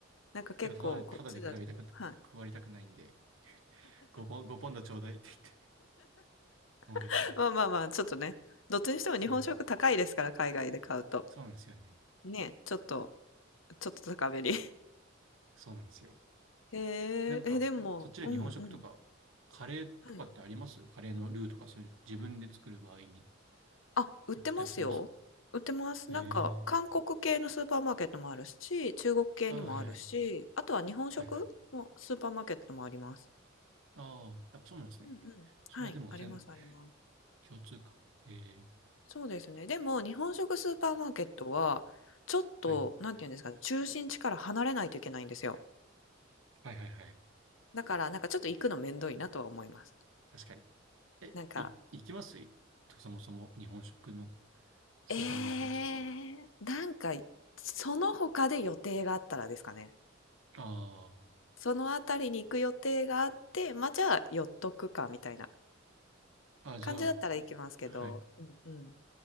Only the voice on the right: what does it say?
けど、ただ、ただで比べたく、
配りたくないんで、5ポン、5ポンドちょうだいって言って、友達に。
そうです。
そうなんですよね。
そうなんですよ。
なんか、
そっちで日本食とか、
カレーとかってありますカレーのルーとかそういうの、
自分で作る場合に
売ってたりするんですか
へえ。
ああ、はいはい。
はいはい。ああ、やっぱそうなんですね。
それはでも全、
共通か。へえ。
はい。
はいはいはい。
確かに。え、
い、行きますそもそも日本食のスーパーマーケットとか。
あ
あ。あ、じゃあ、
はい。